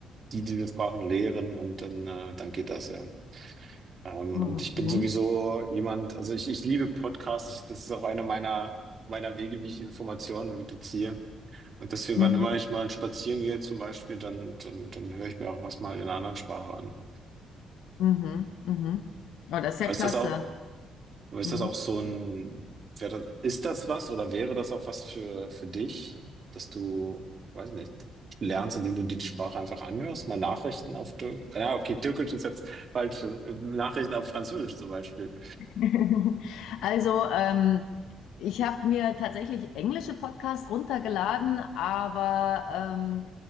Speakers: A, on the right (about 45°); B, on the left (about 80°).
A: die diese Sprachen lehren und dann, äh, dann geht das ja. Ähm,
B: Mhm.
A: und ich bin sowieso jemand, also ich, ich liebe Podcasts, ich, das ist auch einer meiner, meiner Wege, wie ich Informationen irgendwie beziehe. Und deswegen,
B: Mhm.
A: wann immer ich mal spazieren gehe, zum Beispiel, dann, dann, dann höre ich mir auch was mal in einer anderen Sprache an.
B: Mhm. Mhm. Oh, das ist ja
A: Aber
B: klasse.
A: ist das auch, aber ist
B: Mhm.
A: das auch so ein, wär das, ist das was oder wäre das auch was für, für dich, dass du, weiß nicht, lernst, indem du dir die Sprache einfach anhörst? Mal Nachrichten auf Türkisch. Ja, okay, Türkisch ist jetzt falsch. äh, Nachrichten auf Französisch zum Beispiel.
B: <laughs> Also, ähm, ich habe mir tatsächlich englische Podcasts runtergeladen, aber ähm,